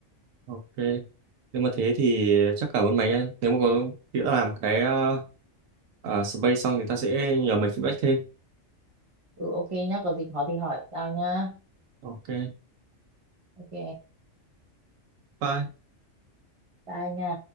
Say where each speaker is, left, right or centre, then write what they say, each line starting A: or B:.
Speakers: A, on the right (about 90°); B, on the right (about 30°).
A: ok nếu mà thế thì chắc cảm ơn mày nhé nếu mà có khi đã làm cái ờ, ờ, survey xong thì ta sẽ nhờ mày feedback thêm
B: Ừ ok nhá, có gì khó thì hỏi tao nhá.
A: ok
B: Ok,
A: bye
B: bye nha.